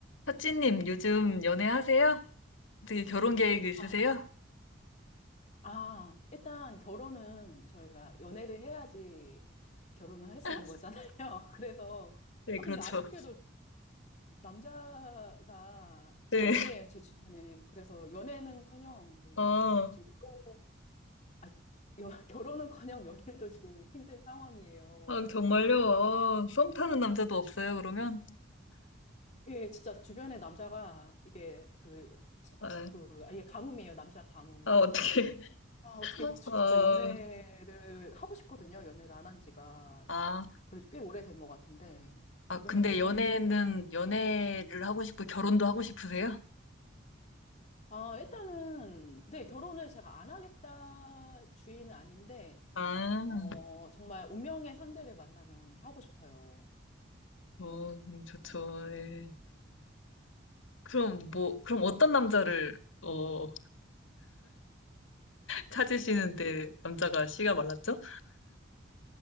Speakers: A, on the left; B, on the left.
A: 사치님, 요즘 연애하세요? 어떻게 결혼 계획 있으세요?
B: 아, 아, 일단 결혼은 저희가 연애를 해야지 결혼을 할 수
A: <laughs>
B: 있는 거잖아요. <laughs> 그래서,
A: 네,
B: 아,
A: 그렇죠.
B: 근데 아쉽게도 남자가 잘
A: 네.
B: 없네요, 제 주변에. 그래서 연애는커녕, 뭐,
A: 아,
B: 지금 결혼, 아, 여- 결혼은커녕 연애도 지금 힘든 상황이에요.
A: 아, 정말요? 아, 썸 타는 남자도 없어요, 그러면?
B: 예, 진짜 주변에 남자가 이게 그, 시-
A: 아,
B: 그, 아예 가뭄이에요, 남자 가뭄.
A: 아,
B: 그래서,
A: 어떻게.
B: 아, 어떻게 진짜
A: 아,
B: 연애를 하고 싶거든요. 연애를 안 한 지가.
A: 아,
B: 그래도 꽤 오래된 것 같은데,
A: 아, 근데
B: 연애 못하고
A: 연애는,
B: 있네요.
A: 연애를 하고 싶고, 결혼도 하고 싶으세요?
B: 아, 일단은, 네, 결혼을 제가 안 하겠다 주의는 아닌데,
A: 아,
B: 어, 정말 운명의 상대를 만나면 하고 싶어요.
A: 어, 음, 좋죠. 네. 그럼 뭐, 그럼 어떤 남자를, 어, 찾으시는데 남자가 씨가 말랐죠?